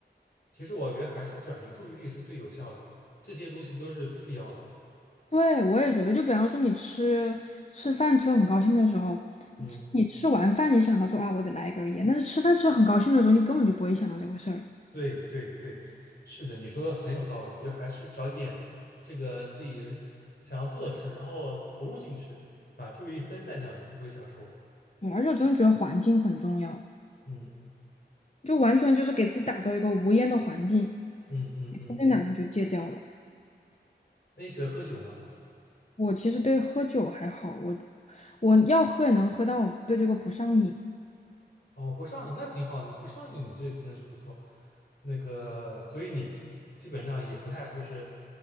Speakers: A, on the left (about 65°); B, on the left (about 40°).
A: 其实我觉得还是转移注意力是最有效的，这些东西都是次要的。
B: 对，我也觉得，就比方说你吃吃饭吃得很高兴的时候，
A: 嗯，
B: 吃你吃完饭你想到说啊，我得来一根儿烟，但是吃饭吃得很高兴的时候，你根本就不会想到这回事儿。
A: 对对对，是的，你说的很有道理，就还是找点这个自己想要做的事，然后投入进去，把注意力分散掉，就不会想抽了。
B: 对，而且我真的觉得环境很重要，
A: 嗯
B: 就完全就是给自己打造一个无烟的环境，
A: 嗯嗯嗯，
B: 你说不定哪天就戒掉了。
A: 那你喜欢喝酒吗？
B: 我其实对喝酒还好，我我要喝也能喝，但我对这个不上瘾
A: 哦，不上瘾那挺好的，你不上瘾，你这真的是不错。那个，所以你基基本上也不太就是